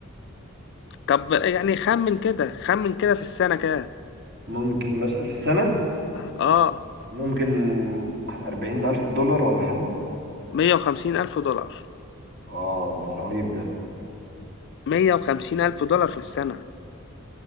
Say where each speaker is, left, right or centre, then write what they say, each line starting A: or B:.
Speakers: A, on the left (about 55°); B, on the right (about 50°).
A: طب يعني خمن كده خمن كده في السنة كده
B: ممكن مثلا في السنة
A: اه
B: ممكن أربعين ألف دولار ولا حاجة
A: مية وخمسين ألف دولار
B: اه ده رهيب ده
A: مية وخمسين ألف دولار في السنة